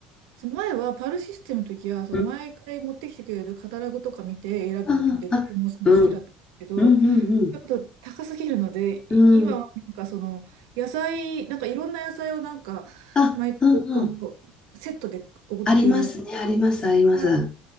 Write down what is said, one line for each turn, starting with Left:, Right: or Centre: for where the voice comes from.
Right: そう、前はパールシステムの時は、その毎回持ってきてくれるカタログとか見て選ぶんで、
Left: うん。ああ、
Right: 注文するの好きだったけど、
Left: あ、うん。うん、うん、
Right: ちょっと高すぎるので、
Left: うん。
Right: い今はなんかその野菜、
Left: うん。
Right: なんかいろんな野菜をなんか毎回このセットで送ってくれるやつ。
Left: あ、うん、うん。ありますね。あります、あります。
Right: あ、
Left: う